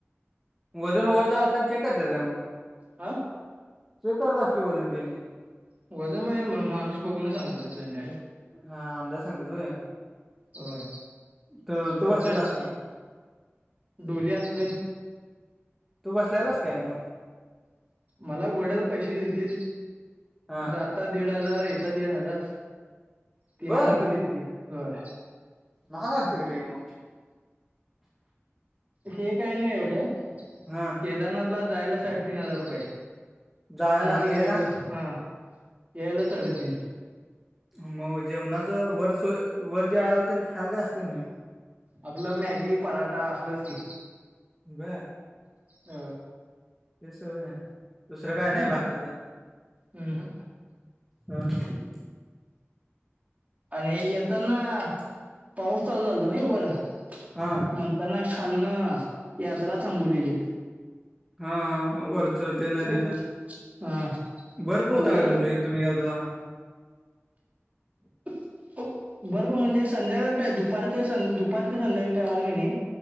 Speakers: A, in the centre; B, on the right (about 35°).
A: वजून वर जाताना चेक करतात का मग?
B: अं
A: चेक करत असतील वजन तेने
B: वजन म्हणजे माणूस बघून सांगतेत त्यांनी डायरेक्ट
A: हा अंदाज सांगतेस होय
B: होय,
A: तू
B: परत
A: तू बसलेलास काय
B: डोली असतंय.
A: तू बसलेलास काय मग?
B: मला घोड्या ला पैशे दिलते,
A: हा
B: जाता दीड हजार, येता दीड हजार. तीन
A: बर
B: हजार रुपये दिलते, होय.
A: महाग असती का ट्रेन मग?
B: हे काय नाई एवढं
A: हा.
B: केदारनाथला जायला साडेतीन हजार रुपये,
A: जायला
B: त्यांचं
A: आणि यायला
B: जेव हा, यायला साडे तीन.
A: मग जेवणाचं, वरचं वर जेवायला तेन खायला काय असतं का नई?
B: आपलं मॅगी पराठा असलंच की
A: बर.
B: ह.
A: ते सगळं नाय, दुसरं काय
B: हम्म
A: नाय बाकीचं,
B: हम्म
A: हं.
B: आणि येताना, पाऊस चालू झाल्ता नई वर?
A: हा.
B: म्हणताना खालनं, यात्रा थांबवलेली.
A: हा. वरचं ते नदीचं,
B: व हा
A: बर्फ
B: मग
A: होता
B: वर
A: का तुमच्या हितं, तुम्ही गेलता तव्हा?
B: हो, बर्फ म्हणजे संध्याकाळ टा, दुपार ते दुपार ते संध्याकाळच्या टायमाला का नई